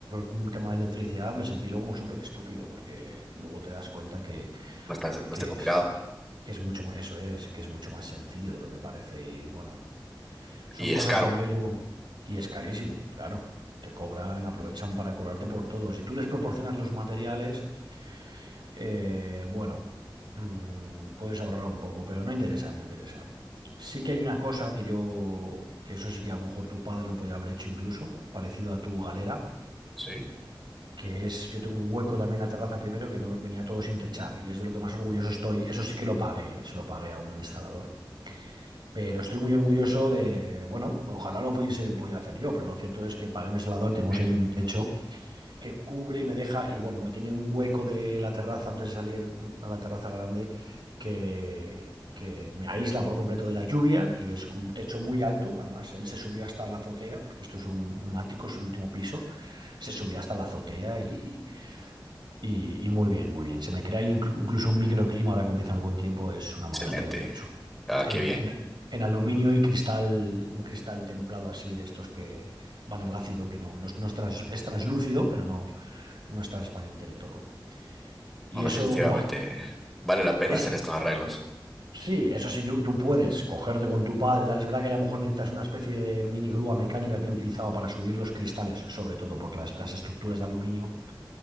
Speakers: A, on the right; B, in the centre.
A: un tema de electricidad me sentí luego súper estúpido, porque luego te das cuenta que,
B: No está, no
A: que
B: está complicado.
A: es, que es mucho más, eso es, que es mucho más sencillo de lo que parece. Y bueno, son
B: Y
A: cosas
B: es caro.
A: de que yo llevo. Y es carísimo, claro. Te cobran, aprovechan para cobrarte por todo. Si tú les proporcionas los materiales Eh, bueno, mm, puedes ahorrar un poco, pero no interesa, no interesa. Sí que hay una cosa que yo, que eso sí que a lo mejor tu padre lo podía haber hecho incluso, parecido a tu galera,
B: Sí.
A: que es, yo tengo un hueco también en la terraza primero que no venía todo sin techar, y es de lo que más orgulloso estoy. Eso sí que lo pagué, ¿eh? Se lo pagué a un instalador. Pero estoy muy orgulloso de, de, bueno, ojalá lo pudiese, podía hacer yo, pero lo cierto es que pagué un instalador, tenemos
B: <laughs>
A: ahí un techo que cubre y me deja, y bueno, me tiene un hueco de la terraza antes de salir a la terraza grande que, que me aísla por completo de la lluvia y es un techo muy alto. Además, él se subió hasta la azotea, porque esto es un, un ático, es el último piso, se subió hasta la azotea y, y- y muy bien, muy bien. Se me crea inclu- incluso un microclima ahora que empieza el buen tiempo, es una maravilla
B: Excelente.
A: de techo.
B: Ah,
A: En,
B: qué bien.
A: en- en aluminio y cristal, un cristal templado así de estos que van en el ácido, que no, no es, no es trans- es translúcido, pero no, no es transparente del todo. Y
B: No, definitivamente
A: eso, buah,
B: vale la pena
A: es,
B: hacer estos arreglos.
A: sí, eso sí, yo- tú puedes cogerte con tu padre, tal, es verdad que a lo mejor necesitas una especie de mini grúa mecánica que él utilizaba para subir los cristales, sobre todo, porque las, las estructuras de aluminio,